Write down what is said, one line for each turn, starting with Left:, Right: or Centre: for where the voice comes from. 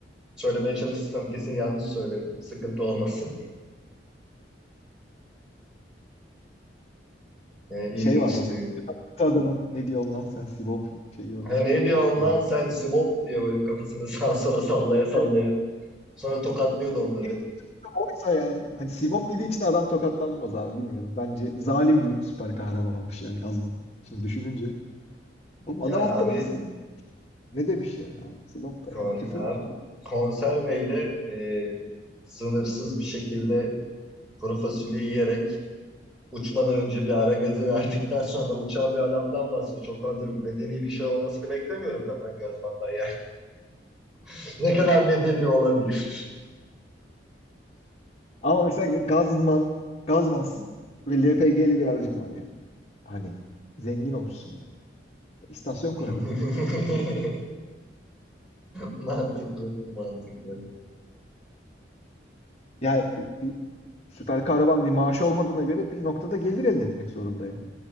Centre: Söylemeye çalışırsam kesin yanlış söylerim. Sıkıntı olmasın. Yani ilginçti.
Left: şey vardı orada. Adamın ne diyor lan sen Sibop şeyi öyle
Centre: He
Left: çok
Centre: ne diyorsun
Left: kullandı.
Centre: lan sen Sibop diye böyle kafasını <laughs> sağa sola sallaya sallaya.
Left: Yani
Centre: Sonra tokatlıyordu onları.
Left: en en kötüsü de oysa yani. Hani Sibop dediği için adam tokatlanmaz abi bilmiyorum. Bence zalim bir süper kahramanmış yani Gazman. Şimdi düşününce. Oğlum
Centre: Yani
Left: adam alt
Centre: abi,
Left: tarafı Sibop. Ne demiş yani abi? Sibop da
Centre: ko-
Left: yani küfürmüş.
Centre: abi konserveyle e, sınırsız bir şekilde kuru fasulye yiyerek uçmadan önce bir ara gazı verdikten sonra uçan bir adamdan bahsediyor. Çok fazla bir medeni bir şey olmasını beklemiyorum zaten Gazban'dan yani. <laughs> Ne kadar medeni olabilir?
Left: Ama mesela Gazman, Gazmansın ve LPG'li bir aracım var yani. Hani zengin olmuşsun ya. İstasyon
Centre: <laughs>
Left: kurarım ben ya.
Centre: Mantıklı, mantıklı.
Left: Ya bir, bir süper kahraman bir maaşı olmadığına göre bir noktada gelir elde etmek zorunda yani.